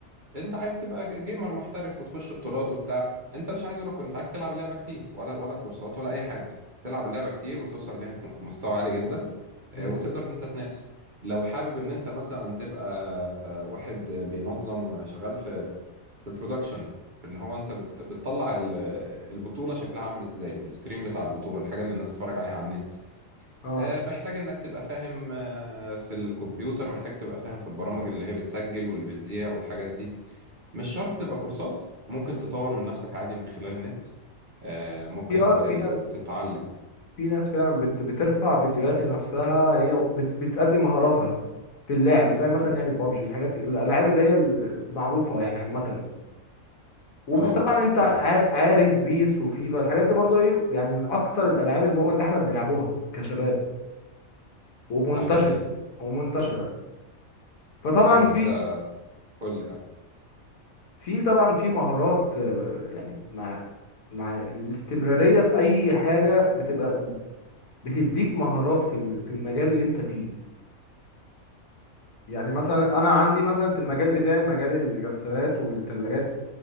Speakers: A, on the right; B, on the left.
A: انت عايز تبقى ج- جيمر محترف وتخش بطولات وبتاع انت مش عايز ولا كو- انت عايز تلعب اللعبه كتير ولا ولا كورسات ولا اي حاجه تلعب اللعبه كتير وتوصل ليها في في مستوى عالي جدا
B: امم
A: آه، وتقدر ان انت تنافس لو حابب ان انت مثلا تبقى واحد بينظم شغال في في البرودكشن في ان هو انت بت- بتطلع ال- البطوله شكلها عامل ازاي الستريم بتاع البطوله الحاجه اللي الناس تتفرج عليها على النت
B: اه
A: آه، محتاج انك تبقى فاهم آه، في الكمبيوتر محتاج تبقى فاهم في البرامج اللي هي بتسجل واللي بتذيع والحاجات دي مش شرط تبقى كورسات ممكن تطور من نفسك عادي من خلال النت آه ممكن
B: في آه،
A: ت...
B: في ناس
A: تتعلم
B: في ناس فعلا بت... بترفع فيديوهات لنفسها هي بت... بتقدم مهاراتها في اللعب زي مثلا لعبة بابجي الحاجات الألعاب اللي هي المعروفة يعني عامة وطبعا
A: اه
B: انت عار-
A: ايوه
B: عارف بيس وفيفا الحاجات دي برضو ايه يعني من اكتر الالعاب اللي هو اللي احنا بنلعبوها كشباب ومنتشر
A: ده حقيقي
B: ومنتشره فطبعا
A: ايوه
B: في
A: انت قول لي اه
B: في طبعا في مهارات آه، يعني مع مع الاستمراريه في اي حاجه بتبقى بتديك مهارات في ال- في المجال اللي انت فيه يعني مثلا انا عندي مثلا في المجال بتاعي مجال الغسالات والثلاجات